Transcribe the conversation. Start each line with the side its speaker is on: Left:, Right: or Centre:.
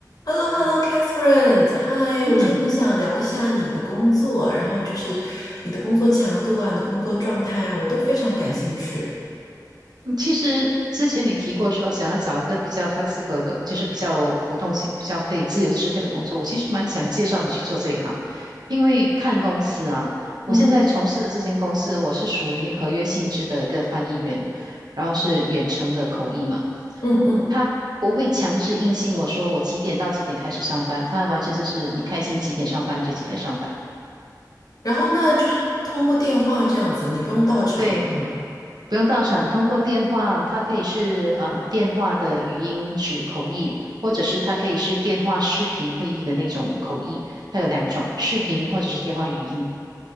Left: h e l l o h
Right: 嗯，
Left: e l l o c a t h e r i n e 嗨，
Right: 嗯
Left: 我今天很想聊一下你的工作，然后就是你的工作强度啊，你的工作状态啊，我都非常感兴趣。
Right: 其实之前你提过说想要找一个比较 flexible 的，就是比较浮动性、比较可以自由支配的工作。我其实蛮想介绍你去做这一行，因为看公司啊，我现在从事的这间公司，
Left: 嗯
Right: 我是属于合约性质的一个翻译员，然后是远程的口译嘛。
Left: 嗯嗯
Right: 他不会强制硬性我说我几点到几点开始上班，他完全就是你开心几点上班你就几点上班。
Left: 然后那就是通过电话这样子，你不用到场是吗
Right: 对，不用到场，通过电话，它可以是呃电话的语音指口译，或者是它可以是电话视频会议的那种口译，它有两种，视频或者是电话语音。